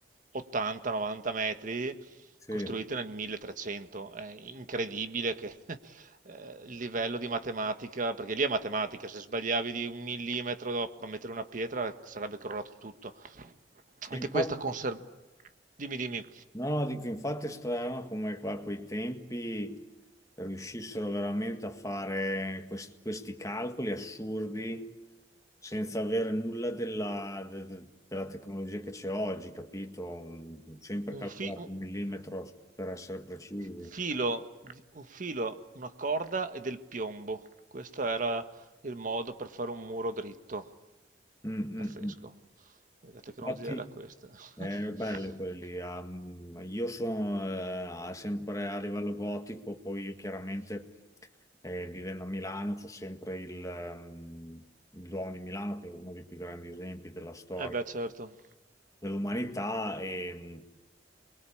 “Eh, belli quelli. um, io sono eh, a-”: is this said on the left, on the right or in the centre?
Left